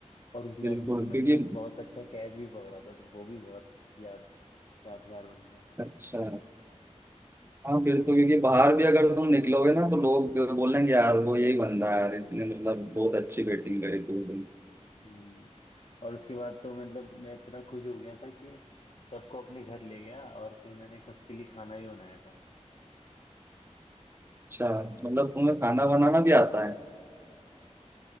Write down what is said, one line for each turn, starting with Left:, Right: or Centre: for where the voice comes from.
Left: और उस मैच
Right: बिल्कुल
Left: में तो मैंने
Right: क्योंकि
Left: एक बहुत अच्छा कैच भी पकड़ा था तो वो भी बहुत याद यादगार बन गया
Right: अच्छा हाँ फिर तो क्योंकि बाहर भी अगर तुम निकलोगे ना तो लोग बोलेंगे यार वो यही बंदा है यार इतने मतलब बहुत अच्छी बैटिंग करी तू भी।
Left: हम्म और उसके बाद तो मतलब मैं इतना खुश हो गया था कि सबको अपने घर ले गया और फिर मैंने कब के लिए खाना भी बनाया था
Right: अच्छा मतलब तुम्हें खाना बनाना भी आता है